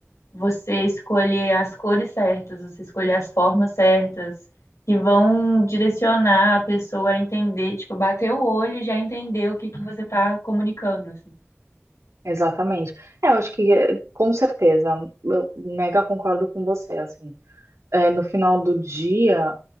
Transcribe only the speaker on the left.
você escolher as cores certas, você escolher as formas certas, que vão direcionar a pessoa a entender, tipo, bater o olho e já entender o que que você está comunicando, assim.